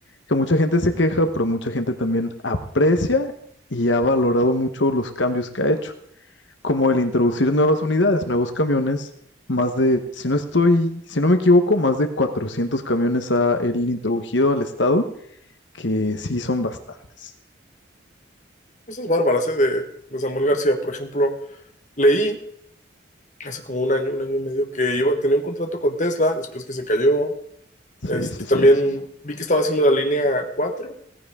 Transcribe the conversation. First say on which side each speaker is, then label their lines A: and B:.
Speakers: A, on the left (about 75°); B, on the left (about 40°).
A: que mucha gente se queja, pero mucha gente también aprecia y ha valorado mucho los cambios que ha hecho, como el introducir nuevas unidades, nuevos camiones, más de, si no estoy, si no me equivoco, más de 400 camiones ha él introducido al estado, que sí son bastantes.
B: Cosas bárbaras, ¿eh? De, de Samuel García, por ejemplo. Leí hace como un año, un año y medio, que iba, tenía un contrato con Tesla después que se cayó.
A: Sí,
B: Este,
A: sí, sí.
B: también vi que estaba haciendo la línea 4.